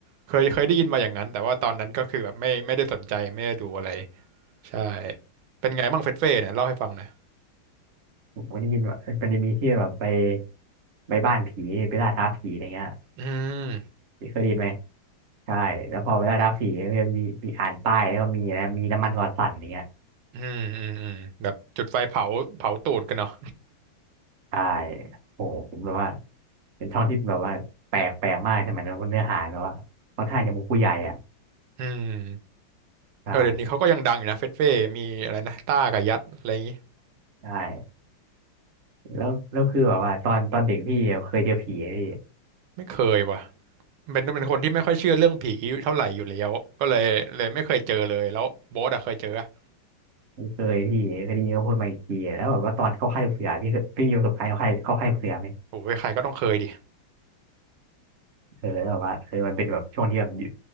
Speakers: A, on the right; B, on the right.
A: เคยเคยได้ยินมาอย่างนั้นแต่ว่าตอนนั้นก็คือแบบไม่ไม่ได้สนใจไม่ได้ดูอะไรใช่เป็นไงบ้างเฟสเฟ่เนี่ยเล่าให้ฟังหน่อย
B: ผมก็ได้ยินว่ามันจะมีที่แบบไปไปบ้านผีไปล่าท้าผีอะไรเงี้ย
A: อืม
B: พี่เคยได้ยินไหมใช่แล้วพอไปล่าท้าผีมันจะมีมีอ่านป้ายแล้วก็มีอะไรมีน้ำมันรอสั่นอย่างเงี้ย
A: อืมอืมอืมแบบจุดไฟเผาเผาตูดกันเนาะ
B: ใช่โอ้โหผมแบบว่าเป็นช่องที่แบบว่าแปลกแปลกมากใช่ไหมนั้นเนื้อหาแล้วว่าค่อนข้างจะมุกผู้ใหญ่อ่ะ
A: อืม
B: ใช่
A: เออเดี๋ยวนี้เขาก็ยังดังอยู่นะเฟสเฟ่มีอะไรนะต้ากับยัดอะไรอย่างงี้
B: ใช่แล้วแล้วคือแบบว่าตอนตอนเด็กพี่เคยเจอผีไหมพี่
A: ไม่เคยว่ะ เป็นเป็นคนที่ไม่ค่อยเชื่อเรื่องผีเท่าไหร่อยู่แล้วก็เลยเลยไม่เคยเจอเลยแล้วโบ๊ทอะเคยเจออะ
B: ไม่เคยพี่เคยได้ยินเขาพูดมาอีกทีแล้วแบบว่าตอนเข้าค่ายลูกเสือพี่เคยพี่มีประสบการณ์เข้าค่ายเข้าค่ายลูกเสือไหม
A: โอ้ยใครก็ต้องเคยดิ
B: เออแล้วแบบว่าเออมันเป็นแบบช่วงที่แบบอยู่